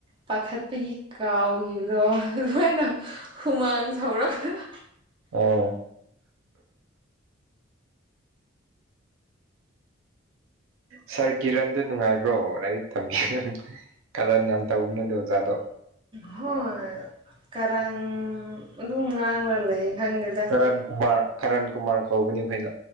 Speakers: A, on the right; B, on the right.
A: ꯄꯥꯈꯠꯄꯒꯤ ꯀꯥꯎꯒꯤꯕꯗꯣ ꯑꯗꯨꯃꯥꯏꯅ ꯍꯨꯃꯥꯡ ꯁꯧꯔꯛꯄꯗ
B: ꯑꯣ ꯁꯥꯔ ꯀꯤꯔꯟꯗꯨ ꯅꯨꯡꯉꯥꯏꯕ꯭ꯔꯣ ꯂꯥꯏꯔꯤꯛ ꯇꯝꯕꯤꯕ ꯀꯔꯟ ꯌꯥꯝ ꯇꯧꯕꯅꯦ ꯑꯗꯨ ꯑꯣꯖꯥꯗꯣ
A: ꯍꯣꯏ ꯀꯔꯟ ꯑꯗꯨꯝ ꯉꯥꯡꯂ ꯂꯩ ꯈꯪꯗꯦꯗ
B: ꯑꯔꯨꯟꯀꯨꯃꯥꯔ ꯀꯔꯟ ꯀꯨꯃꯥꯔ ꯀꯧꯕꯅꯤ ꯑꯩꯈꯣꯏꯅ